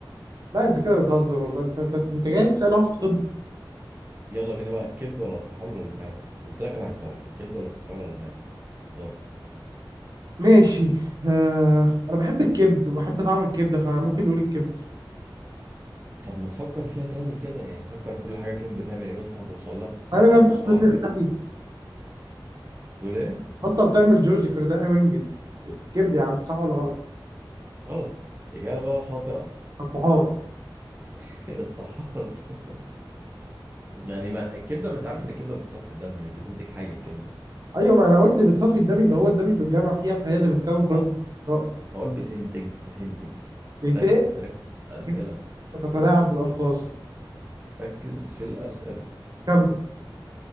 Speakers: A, on the right (about 50°); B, on the right (about 25°).
A: لا انت كده بتهزر والله انت انت انت جاي تسال واحد في طب
B: يلا بينا بقى الكبد ولا الطحال ولا المعدة قلت لك أنا هكسبك الكبد ولا الطحال ولا المعدة اختار
A: ماشي آه... انا بحب الكبد وبحب طعم الكبده فممكن نقول الكبد
B: طب ما تفكر فيها تاني كده يعني فكر كل حاجة فيهم بتعمل إيه وأنت هتوصل لها
A: عامل
B: هي
A: نفسك
B: مش صعبة
A: بتقول لي
B: بتقول إيه
A: بطل تعمل جورج كرداحي وينجز الكبد يا عم صح ولا غلط
B: غلط إجابة خاطئة
A: الطحال
B: <laughs> الطحال <laughs> يعني ما الكبده ما انت عارف ان الكبده بتصفي الدم مش بتنتج حاجه الكبده
A: ايوه ما انا قلت بتصفي الدم يبقى هو الدم بيتجمع فيها فهي اللي بتكون كرات
B: آه،
A: البيضاء
B: بقول بتنتج بتنتج
A: بيتقل
B: ركز ركز في الاسئله
A: أكيد بتتلاعب بالالفاظ
B: ركز في الاسئله
A: كمل